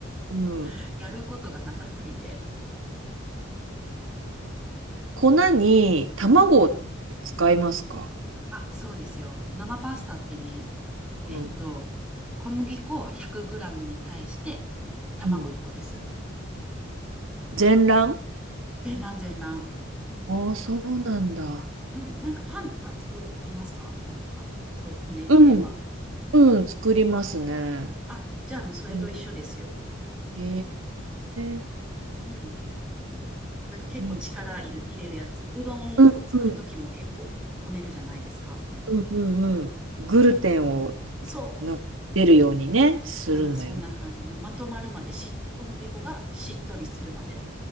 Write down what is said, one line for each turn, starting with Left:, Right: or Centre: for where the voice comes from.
Right: うん
Centre: <laughs> やることがなさすぎて。
Right: 粉に卵を使いますか
Centre: うんうん。あ、そうですよ。生パスタってね、
Right: うん。
Centre: えっと、小麦粉 100g に対して卵1個です。
Right: うん全卵
Centre: 全卵全卵。
Right: ああ、そうなんだ。
Centre: うん、なんかパンとか作りますかパンとか。そういうコネ系は。
Right: うん。うん、作りますね。
Centre: あ、じゃあもうそれと一緒ですよ。
Right: うんへえ。
Centre: うん。なんか結構力いる、
Right: いい
Centre: 入れるやつ。うどんを作るときも結構こねるじゃないですか。
Right: うんうんうんうんうん。グルテンを
Centre: そ
Right: な出るようにね、するんだよね。
Centre: う。なんかそんな感じ。もうまとまるまでし、小麦粉がしっとりするまで。